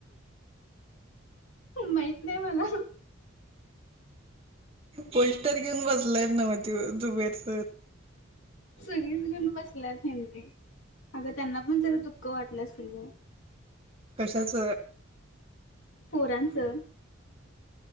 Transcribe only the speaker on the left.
माहित नाही मला
सगळीच गण बसल्यात हेनरी अगं त्यांना पण जरा दुःख वाटलं असेल ग
पोरांचं